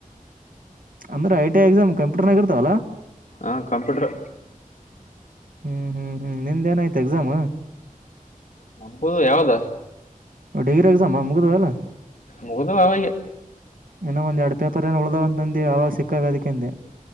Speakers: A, on the right; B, on the left.
A: ಅಂದ್ರ ಟಿ ಎಕ್ಸಾಮ್ ಕಂಪ್ಯೂಟರ್ನಗ ಇರ್ತಾವವಲ್ಲ
B: ಹಾ ಕಂಪ್ಯೂಟರ್
A: ಹ್ಮ್ ಹ್ಮ್ ಹ್ಮ್ ನಿಂದ ಏನಾಯ್ತು ಎಕ್ಸಾಮ
B: ನಂಪದು ಯಾವದ
A: ಡಿಗ್ರಿ ಎಕ್ಸಾಮ್ ಮುಗಿದಲ್ಲ
B: ಮೂದು ಅವ
A: ಇನ್ನ ಒಂದ್ ಎರಡ್ ಪೇಪರ್ ಏನ್ ಉಳ್ದ್ಂತಂದ ಅವಾವಾಗ ಸಿಕ್ಕಾಗ ಅದಕ್ಕೆಂದೆ